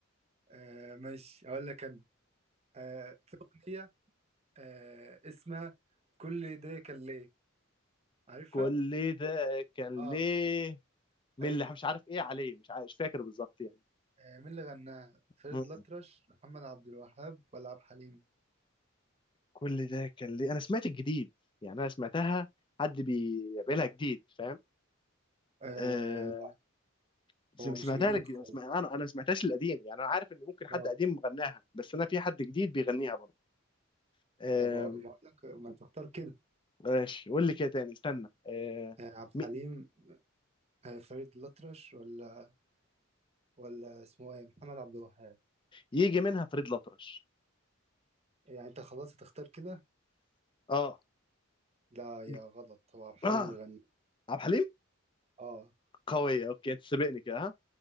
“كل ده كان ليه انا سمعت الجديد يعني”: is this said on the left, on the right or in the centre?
Left